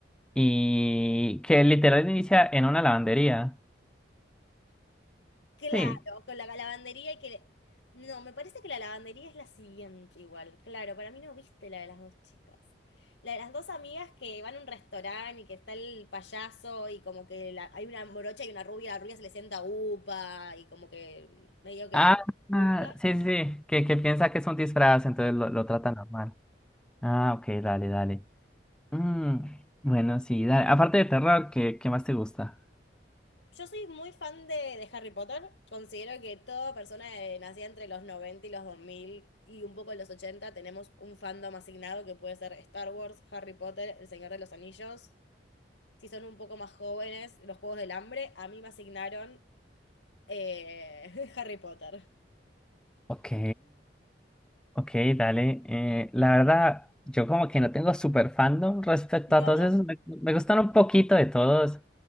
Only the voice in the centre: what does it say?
y que literal inicia en una lavandería.
Sí.
Ah,
ah, sí, sí, sí, que, que piensa que es un disfraz, entonces lo, lo trata normal. Ah, ok, dale, dale. Mm, bueno, sí, dale. Aparte de terror, ¿qué, qué más te gusta?
Ok, ok, dale. Eh, la verdad, yo como que no tengo super fandom respecto
a todos esos. Me, me gustan un poquito de todos.